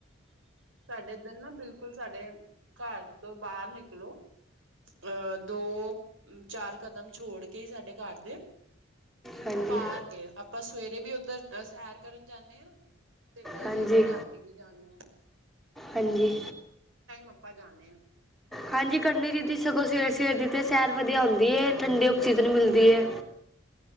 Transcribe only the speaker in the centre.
ਹਾਂਜੀ
ਹਾਂਜੀ
ਹਾਂਜੀ
ਹਾਂਜੀ ਕਰਨੀ ਦੀਦੀ ਸਗੋਂ ਸਵੇਰੇ ਸਵੇਰੇ ਦੀ ਤੇ ਸੈਰ ਵਧੀਆ ਹੁੰਦੀ ਐ, ਠੰਡੀ ਔਕਸੀਜਨ ਮਿਲਦੀ ਏ